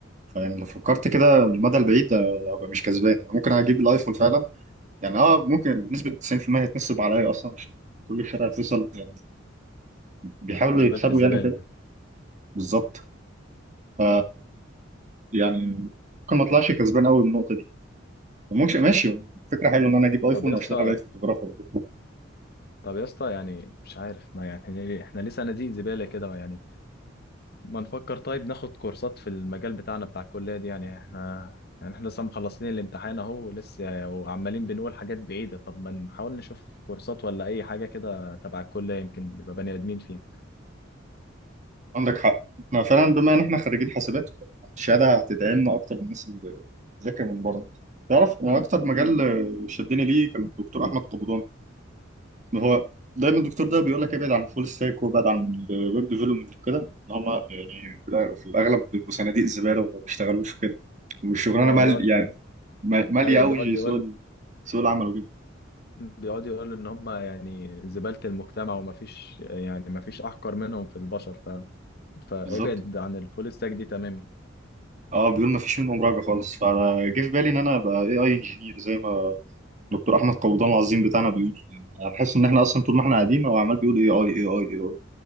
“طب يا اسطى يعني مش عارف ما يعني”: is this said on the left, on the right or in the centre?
Left